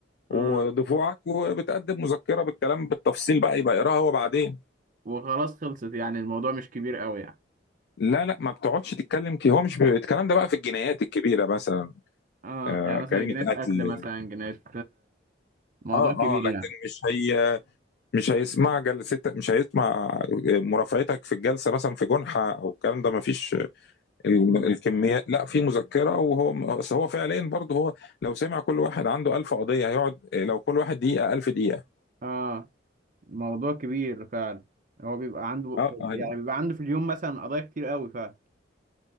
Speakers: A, on the left (about 60°); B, on the right (about 45°).
A: ودفوعك
B: امم
A: وبتقدم مذكرة بالكلام بالتفصيل بقى يبقى يقراها هو بعدين
B: وخلاص خلصت يعني الموضوع مش كبير قوي يعني
A: لا لا ما بتقعدش تتكلم كي هو مش ب... الكلام ده بقى في الجنايات الكبيرة مثلا
B: اه
A: آه
B: يعني مثلا
A: جريمة
B: جنيهات
A: قتل
B: اكل مثلا جنيهات موضوع
A: اه
B: كبير
A: اه لكن
B: يعني
A: مش هي مش هيسمع جلستك مش هيسمع آه، مرافعتك في الجلسة مثلا في جنحة او الكلام ده ما فيش الم-
B: امم
A: الكمية لا في مذكرة وهو م- بس هو فعليا برضه هو لو سمع كل واحد عنده 1000 قضية هيقعد لو كل واحد دقيقة 1000 دقيقة
B: اه موضوع كبير فعلا هو بيبقى عنده
A: اه
B: في...
A: هيبقى-
B: يعني بيبقى عنده في اليوم مثلا قضايا كتير قوي فعلا